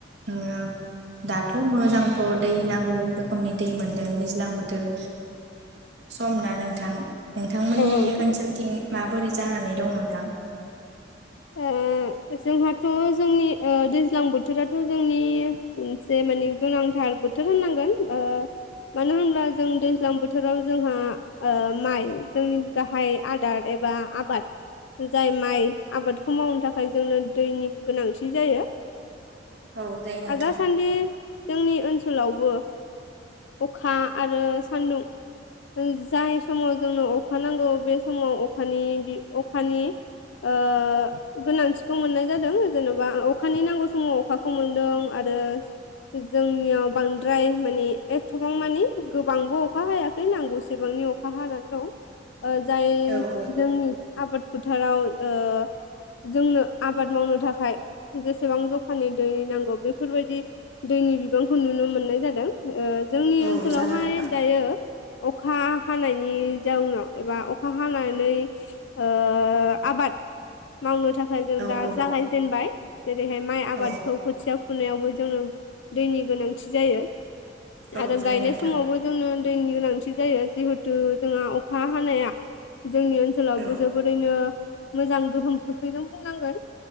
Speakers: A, on the right; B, on the left.
A: उम दाथ' मोजांथ' दै नांगौ रोखोमनि दै मोनदों दैज्लां बोथोर सम ना नोंथां? नोंथांमोननि
B: औ नंगौ
A: ओनसोलथिं माबोरै जानानै दङ? थां
B: ओ जोंहाथ' जोंनि ओ दैज्लां बोथोराथ' जोंनि मोनसे माने गोनांथार बोथोर होननांगोन ओ मानो होनब्ला जों दैज्लां बोथोराव जोंहा ओ माइ जोंनि गाहाय आदार एबा आबाद जाय माइ आबादखौ मावनो थाखाय जोंनो दैनि गोनांथि जायो।
A: औ जायो नोंथां
B: आ दा सान्दि जोंनि ओनसोलावबो अखा आरो सानदुं जाय समाव जोंनो अखा नांगौ बे समाव अखानि बि अखानि ओ गोनांथिखौ मोननाय जादों जेन'बा अखानि नांगौ समाव अखाखौ मोनदों आरो जोंनियाव बांद्राय मानि एथबां मानि गोबांबो अखा हायाखै नांगौसेबांनि अखा हानानै दं। जाय
A: औ औ
B: जोंनि आबाद फोथाराव ओ जोंनो आबाद मावनो थाखाय जेसेबां जखानि दै नांगौ बेफोरबायदि दैनि बिबांखौ नुनो मोननाय जादों ओ जोंनि
A: औ
B: ओनसोलावहाय
A: जादों नोंथां
B: दायो अ खा हानायनि जाउनाव एबा अखा हानानै ओ आबाद मावनो थाखाय जों
A: औ
B: दा
A: औ
B: जागायजेनबाय। जेरैहाय माइ आबादखौ
A: औ
B: खोथिया फुनायावबो जोङो दैनि गोनांथि जायो।
A: औ
B: आरो
A: जायो
B: गायनाय
A: नोंथां
B: समावबो जोंनो दैनि गोनांथि जायो जिहेथु जोंहा अखा हानाया जोंनि ओनसोलावबो
A: औ
B: जोबोरैनो मोजां गोहोम खोख्लैदों बुंनांगोन।